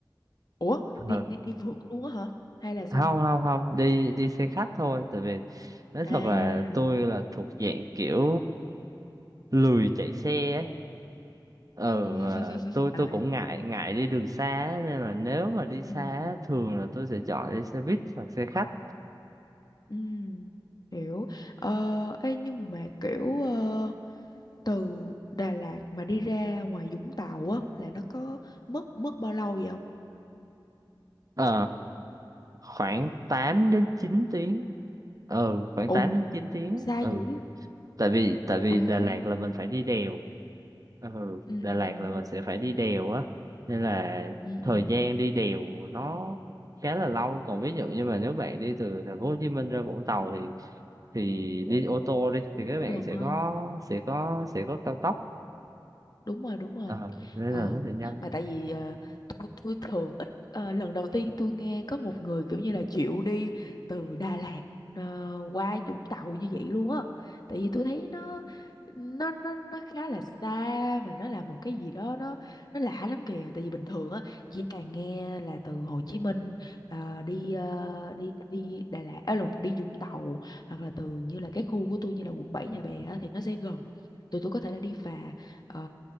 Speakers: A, on the left (about 55°); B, on the right (about 45°).
A: Ủa đi
B: ừ.
A: đi đi phượt luôn á hả? Hay là sao?
B: không không không đi đi xe khách thôi tại vì nói
A: À.
B: thật là tôi là thuộc dạng kiểu lười chạy xe ấy ờ
A: Ừ.
B: mà
A: <laughs>
B: tôi tôi
A: À
B: cũng
A: hiểu
B: ngại
A: hiểu.
B: ngại đi đường xa á, nên là nếu mà đi xa
A: Ừ ừ.
B: á, thường là tôi sẽ chọn đi xe buýt hoặc xe khách
A: Ừ. Hiểu. Ờ ê, nhưng mà kiểu ờ, từ Đà Lạt mà đi ra ngoài Vũng Tàu á là nó có mất mất bao lâu vậy không?
B: ờ khoảng tám đến chín tiếng ừ khoảng
A: Ồ,
B: tám đến chín tiếng
A: xa
B: ừ
A: dữ.
B: tại vì tại vì
A: Wow.
B: Đà Lạt là mình phải đi đèo ừ
A: Ừ
B: Đà
A: ừ
B: Lạt
A: ừ.
B: là mình sẽ phải đi đèo á nên là
A: Ừ ừ.
B: thời gian đi đèo nó khá là lâu còn ví dụ như mà nếu bạn đi từ thành phố Hồ Chí Minh ra Vũng Tàu thì thì đi ô tô đi thì các
A: Gần
B: bạn sẽ
A: hơn.
B: có sẽ có sẽ có cao tốc
A: đúng rồi đúng rồi
B: ờ nên
A: ờ,
B: là nó sẽ nhanh
A: mà tại vì ờ, tôi, tôi thường ít ờ, lần đầu tiên tôi nghe có một người kiểu như là chịu đi từ Đà Lạt ờ, qua Vũng Tàu như vậy luôn á tại vì tôi thấy nó nó nó nó khá là xa mà nó là một cái gì đó nó nó lạ lắm kìa tại vì bình thường á chỉ toàn nghe là từ Hồ Chí Minh ờ, đi ờ, đi đi Đà Lạt à, lộn, đi Vũng Tàu hoặc là từ như là cái khu của tôi như là quận 7 Nhà Bè á, thì nó sẽ gần tụi tôi có thể là đi phà Ờ,